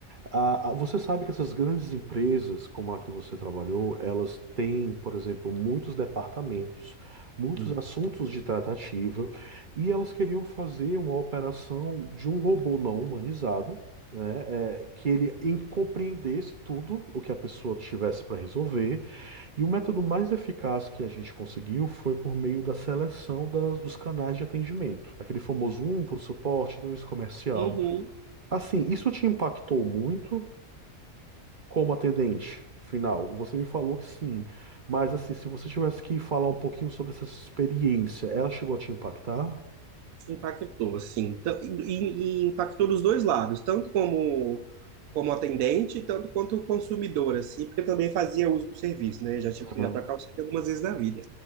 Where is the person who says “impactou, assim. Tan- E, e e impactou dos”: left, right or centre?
Right